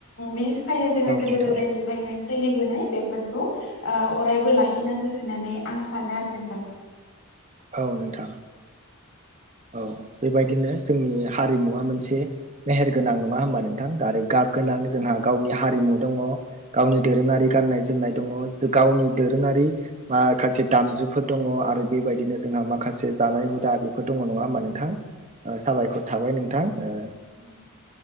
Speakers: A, on the left; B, on the right.
A: बिनि थाखायनो जोङो गोदो
B: नोंथां
A: गोदायनिफ्रायनो सोलिबोनाय बेफोरखौ ओ अरायबो लाखिनांगो होननानै आं सानो आरो नोंथां।
B: औ नोंथां। औ बेबायदिनो जोंनि हारिमुवा मोनसे मेहेरगोनां नङा होनोमबा नों थां आरो गाब गोनां जोंहा गावनि हारिमु दङ गावनि दोरोङारि गान्नाय जोमनाय दङ जो गावनि दोरोङारि मा माखासे दामजुफोर दङ आरो बेबायदिनो जोंहा माखासे जानाय हुदा बेफोर आ दङ नङा होमबा नोंथां? साबायखर थाबाय नोंथां। ओ
A: औ दे।